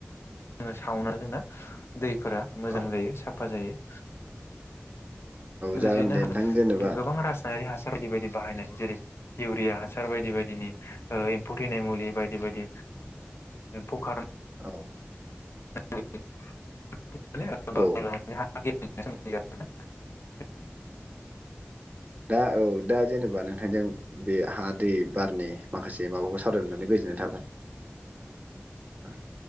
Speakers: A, on the left; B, on the right.
A: जोङो सावना जोंना दैफोरा मोजां
B: औ
A: जायो साफा जायो। लोगोसेयैनो
B: जागोन दे नोंथां जेनेबा
A: गोबां रासनायारि हासार बायदि बायदि बाहायनाय। जेरै इउरिया हासार बायदि बायदिनि ओ एम्फौ थैनाय मुलि बायदि बायदि ओ खार
B: औ औ
A: <unintelligible>
B: औ
A: आ <unintelligible>
B: दा औ दा जेनेबा नोंथांजों बे हा दै बारनि माखासे माबाखौ सावरायनो मोननानै गोजोननाय थाबाय औ <inaudible>